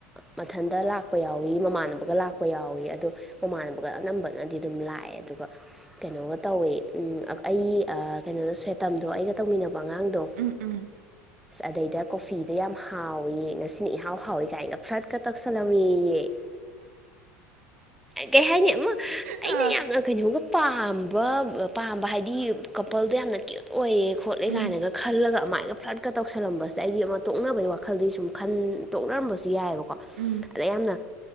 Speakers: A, in the centre; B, on the right.
A: ꯃꯊꯟꯇ ꯂꯥꯛꯄ ꯌꯥꯎꯋꯤ ꯃꯃꯥꯟꯅꯕꯒ ꯂꯥꯛꯄ ꯌꯥꯎꯏ ꯑꯗꯣ ꯃꯃꯥꯟꯅꯕꯒ ꯑꯅꯝꯕꯅꯗꯤ ꯑꯗꯨꯝ ꯂꯥꯛꯑꯦ ꯑꯗꯨꯒ ꯀꯩꯅꯣꯒ ꯇꯧꯋꯦ ꯎꯝ ꯑꯩ ꯑ ꯀꯩꯅꯣꯗ ꯁ꯭ꯋꯦꯇꯝꯗꯣ ꯑꯩꯒ ꯇꯧꯃꯤꯟꯅꯕ ꯑꯉꯥꯡꯗꯣ
B: ꯎꯝ ꯎꯝ ꯎꯝ ꯎꯝ
A: ꯑꯗꯩꯗ ꯀꯣꯐꯤꯗꯣ ꯌꯥꯝ ꯍꯥꯎꯏꯤ ꯉꯁꯤꯅ ꯏꯍꯥꯎ ꯍꯥꯎꯋ ꯀꯥꯏꯅꯒ ꯐ꯭ꯂꯠꯀ ꯇꯛꯁꯜꯂꯝꯑꯦꯌꯦ ꯀꯩ ꯍꯥꯏꯅꯤ ꯑꯝ
B: ꯑꯥ
A: ꯑꯩꯅ ꯌꯥꯝꯅ ꯀꯩꯅꯣꯒ ꯄꯥꯝꯕ ꯄꯥꯝꯕ ꯍꯥꯏꯗꯤ ꯀꯣꯄꯜꯗꯣ ꯌꯥꯝꯅ ꯀ꯭ꯌꯨꯠ ꯑꯣꯏꯌꯦ ꯈꯣꯠꯂꯦ
B: ꯎꯝ
A: ꯀꯥꯏꯅꯒ ꯈꯜꯂꯒ ꯑꯗꯨꯃꯥꯏꯅ ꯐ꯭ꯂꯠꯀ ꯇꯧꯁꯜꯂꯝꯕꯁꯦ ꯑꯩꯒꯤ ꯑꯃ ꯇꯣꯛꯅꯕꯒꯤ ꯋꯥꯈꯜꯗꯤ ꯁꯨꯝ ꯈꯟ ꯇꯣꯛꯅꯔꯝꯕꯁꯨ ꯌꯥꯏꯑꯦꯕꯀꯣ
B: ꯎꯝ
A: ꯑꯗ ꯌꯥꯝꯅ